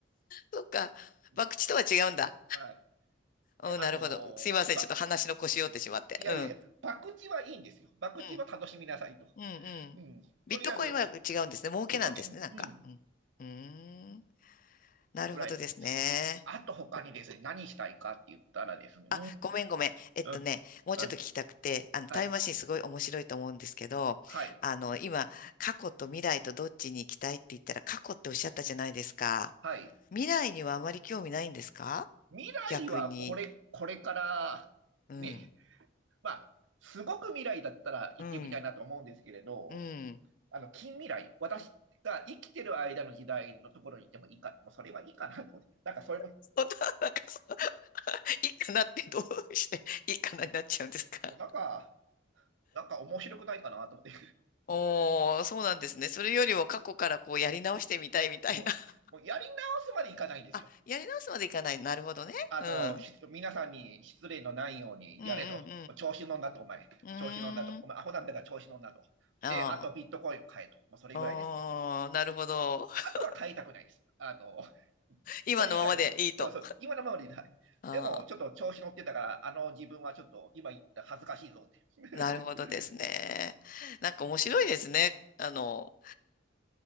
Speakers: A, on the left; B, on the right.
A: そっか。博打とは違うんだ。
B: んはい。で、
A: うん、
B: あのーば、
A: なるほど。すいません。ちょっと話の腰折ってしまって。
B: いやいやいや、
A: うん。
B: 博打はいいんですよ。博打は楽しみなさいと。
A: うん、うん、うん。
B: うん。
A: ビットコインは違うんですね。
B: とりあえず、
A: 儲けなんですね、
B: ば、うん、
A: なんか。うん。うーん。なるほどですね。
B: ぐらいです。あと他にですね、何したいかって言ったらですね、
A: あ、ごめんごめん。えっとね、
B: うーん、うん、
A: もうちょっと聞きたくて、
B: うん、
A: あの、タイムマシンすごい面白いと思うんですけど、
B: はい、はい、
A: あの、今、過去と未来とどっちに行きたいって言ったら、過去っておっしゃったじゃないですか。
B: はい。
A: 未来にはあまり興味ないんですか
B: 未来はこれ、
A: 逆に。
B: これから、
A: うん。
B: ね、まあ、すごく未来だったら行ってみたいなと思うんですけれど、
A: うん。うん。
B: あの、近未来、私が生きてる間の時代のところに行ってもいいか、もうそれはいいかなと思って、なんかそれも、
A: そんな、なんか、そういいかなってどうしていいかなになっちゃうんですか
B: もうなんか、なんか面白くないかなと思って、
A: おー、そうなんですね。それよりも過去からこうやり直してみたいみたいな。
B: <laughs> うん、もうやり直すまでいかないんですよ。
A: <laughs> あ、やり直すまでいかない。なるほどね。
B: あの、
A: うん。
B: し皆さんに失礼のないようにやれと。
A: うんうん
B: 調子乗んなと、お前。
A: うんうん。
B: 調子乗んなと。
A: うーん。
B: お前、アホなんだから調子乗んなと。
A: あ
B: で、あとビットコインを買えと。もうそれぐらいですね。
A: あ。あーなるほど。<laughs>
B: あとは買いたくないです。あの、
A: 今のままでいいと。
B: それ以外の、あそう今のままでいい。はいでも、
A: ああ、
B: ちょっと調子乗ってたから、あの自分はちょっと今言った恥ずかしいぞって。<laughs>
A: なるほどですね。
B: い
A: なんか面白いですね。あの、